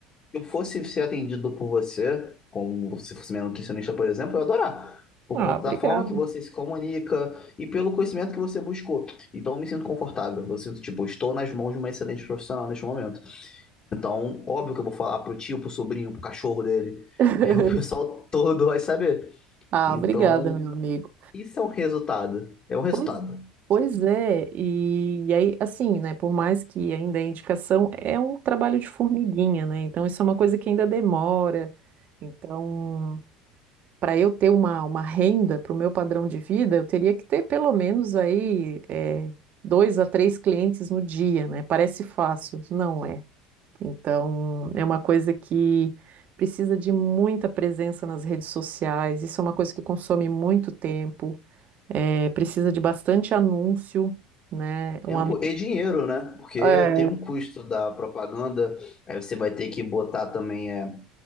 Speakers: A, on the left; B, on the right.
A: se eu fosse ser atendido por você, como se fosse minha nutricionista, por exemplo, eu ia adorar. Por
B: Ah,
A: conta
B: obrigada.
A: da forma que você se comunica e pelo conhecimento que você buscou. Então eu me sinto confortável. Eu sinto, tipo, estou nas mãos de uma excelente profissional neste momento. Então, óbvio que eu vou falar pro tio, pro sobrinho, pro cachorro dele.
B: <laughs>
A: <laughs> O pessoal todo vai saber.
B: Ah,
A: Então,
B: obrigada, meu amigo.
A: isso é um resultado. É um resultado.
B: Pois, pois é, e, e aí, assim, né, por mais que ainda a indicação é um trabalho de formiguinha, né, então isso é uma coisa que ainda demora, então, para eu ter uma, uma renda para o meu padrão de vida, eu teria que ter pelo menos aí é, dois a três clientes no dia, né, parece fácil, não é, então, é uma coisa que precisa de muita presença nas redes sociais, isso é uma coisa que consome muito tempo, é, precisa de bastante anúncio, né?
A: Tempo
B: Um, am-
A: e dinheiro, né? Porque
B: É,
A: tem um custo da propaganda. Aí você vai ter que botar também é,